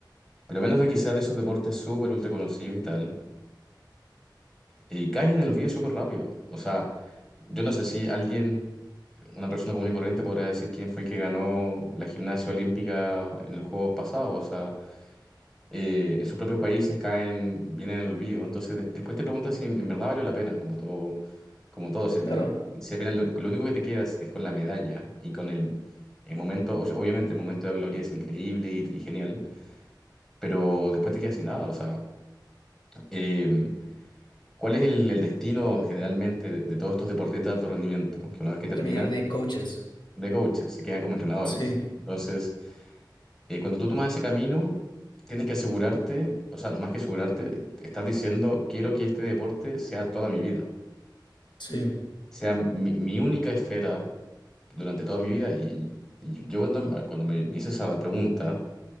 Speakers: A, in the centre; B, on the left.
A: Pero a menos de que sea de esos deportes súper ultra conocidos y tal, y caes en el olvido súper rápido. O sea, yo no sé si alguien, una persona común y corriente, podría decir quién fue el que ganó la gimnasia olímpica en los Juegos pasados. O sea, eh, en sus propios países caen, vienen en el olvido. Entonces, de- después te preguntas si en, en verdad valió la pena, como todo, como todo. Si al,
B: Claro,
A: final si al final lo, lo único que te quedas es con la medalla y con el, el momento, o sea, obviamente el momento de gloria es increíble y, y genial, pero después te quedas sin nada. O sea, eh, ¿cuál es el, el destino generalmente de, de todos estos deportistas de alto rendimiento? Que una vez que terminan,
B: terminar de coaches.
A: de coaches, se quedan como entrenadores.
B: Sí,
A: Entonces, Eh, cuando tú tomas ese camino, tienes que asegurarte, o sea, más que asegurarte, te estás diciendo, quiero que este deporte sea toda mi vida,
B: sí,
A: sea mi, mi única esfera durante toda mi vida. Y, y yo cuando, cuando me hice esa pregunta,